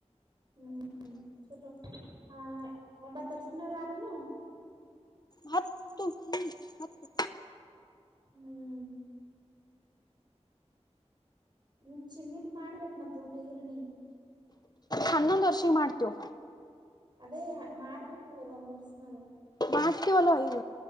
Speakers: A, on the right; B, on the left.
A: ಹ್ಮ್ ಚಲೋ ಹ ಒಂಬತ್ತರ್ಷಿನವರು ಆರನು
B: ಹತ್ತು ಹ ಹತ್ತು
A: ಹ್ಮ್ ನಿಮ್ ಚಿನ್ನಿಟ್ ಮಾಡ್ಬೇಕಕ್ ಮತ್ ಊಟ ಈರ್ನಿ
B: ಹನ್ನೊಂದ ವರ್ಷಿ ಮಾಡ್ತೇವ
A: ಅದೇ ಮಾಡ್ಬೇಕಲ್ಲೇ ಒಂದ್ ವರ್ಷನಾಗ
B: ಮಾಡ್ತೀವಲ್ ಈಗ